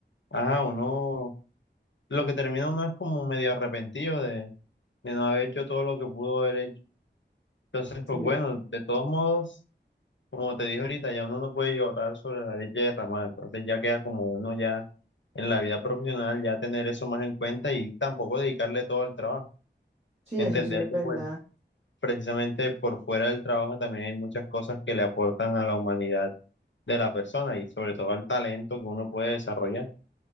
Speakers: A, on the left; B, on the right.
A: ajá, uno... lo que termina uno es como medio arrepentido de, de no haber hecho todo lo que pudo haber hecho. Entonces, pues
B: Sí,
A: bueno, de todos modos, como te dije ahorita, ya uno no puede llorar sobre la leche derramada. Entonces ya queda como uno ya en la vida profesional, ya tener eso más en cuenta y tampoco dedicarle todo al trabajo.
B: sí,
A: Entender
B: eso sí es
A: que
B: verdad.
A: pues precisamente por fuera del trabajo también hay muchas cosas que le aportan a la humanidad de la persona y sobre todo al talento que uno puede desarrollar.